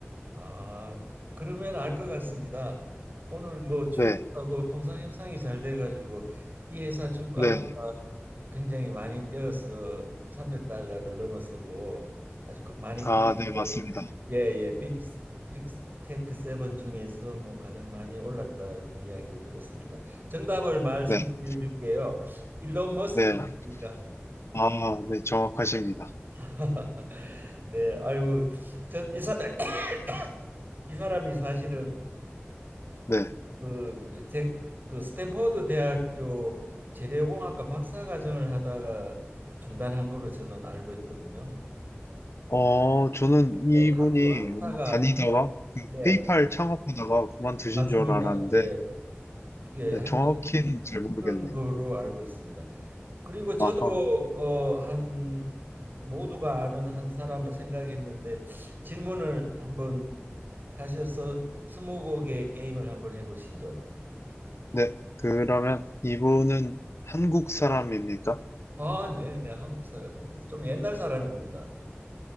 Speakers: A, on the right; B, on the left.
A: 아, 그러면 알 것 같습니다. 오늘 뭐 중국하고
B: 네,
A: 통상 협상이 잘 돼가지고 이 회사 주가가
B: 네.
A: 굉장히 많이 뛰어서 300달러를 넘어서고 아주 그- 많이
B: 아,
A: 뛰는
B: 네, 맞습니다.
A: 예예 빅 빅테크 세븐 중에서 뭐 가장 많이 올랐다는 이야기를 들었습니다. 정답을 말씀드릴게요.
B: 네,
A: 일론 머스크
B: 네.
A: 아닙니까?
B: 아, 네, 정확하십니다.
A: <laughs> 네, 아유 전 이 사람 <clears throat> 이 사람이 사실은
B: 네.
A: 그, 제, 그 스탠퍼드 대학교 재료공학과 박사과정을 하다가 중단한 거로 저는 알고 있거든요.
B: 어, 저는 이분이
A: 예, 학교 학사가
B: 뭐
A: 아니고,
B: 다니다가 그
A: 네,
B: 페이팔 창업하다가 그만두신
A: 맞습니다.
B: 줄 알았는데
A: 예, 예,
B: 네,
A: 하여튼
B: 정확히는 잘 모르겠네요.
A: 그런 거로 알고 있습니다. 그리고 저도
B: 아하.
A: 어, 한 모두가 아는 한 사람을 생각했는데 질문을 한번 하셔서 스무고개 게임을 한번 해보시죠.
B: 네, 그러면 이분은 한국 사람입니까?
A: 아, 네, 네, 한국 사람입니다. 좀 옛날 사람입니다.